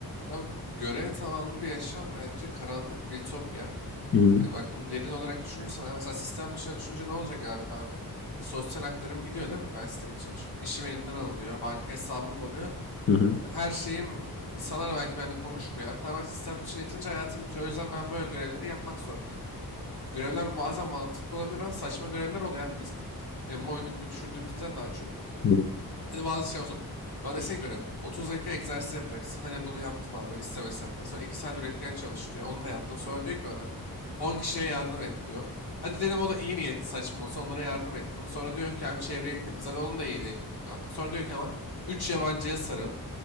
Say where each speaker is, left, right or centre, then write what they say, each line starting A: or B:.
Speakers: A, on the left; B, on the left.
A: Abi görev tabanlı bir yaşam bence karanlık bir ütopya.
B: Hı hı.
A: Yani bak bunu derin olarak düşünürsen abi mesela sistem dışına düşünce ne olacak abi, abi? Sosyal haklarım gidiyor değil mi? Ben sistemin dışına düşün- İşim elimden alınıyor. Banka hesabım donuyor.
B: Hı hı.
A: E, Her şeyim insanlar belki benimle konuşmuyor abi. Tamamen sistem dışına itince hayatım bitiyor. O yüzden ben böyle görevleri yapmak zorundayım. Görevler bazen mantıklı olabilir ama saçma görevler oluyor abi. Mesela emmi oyunu gibi düşündüğümüzden daha çok.
B: Hı
A: Hadi bazı şey olsun. Bana desin göre 30 dakika egzersiz yapacaksın. Hadi bunu yaptım abi istemesem de. Sonra 2 saat üretken çalış diyor. Onu da yaptım. Sonra diyor ki bana 10 kişiye yardım et diyor. Hadi dedim o da iyi niyetli saçma olsa onlara yardım ettim. Sonra diyor ki abi çevreyi temizle. Hadi onun da iyi niyetli yaptım. Sonra diyor ki ama 3 yabancıya sarıl.